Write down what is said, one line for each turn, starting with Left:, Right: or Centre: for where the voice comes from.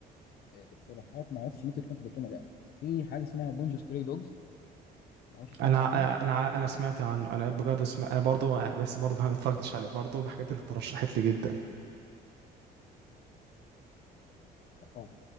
Left: اقتراحات ما اعرفش ممكن تكون حضرتهم ولا لا في حاجه اسمها بونجو ستري دوجز ما اعرفش سمعت
Right: انا
Left: عنه
Right: انا انا أنا سمعت عنه انا بجد سمعت انا برضو بس برضو ما اتفرجتش عليه برضو بحاجات اللي اترشحت لي جدا
Left: اه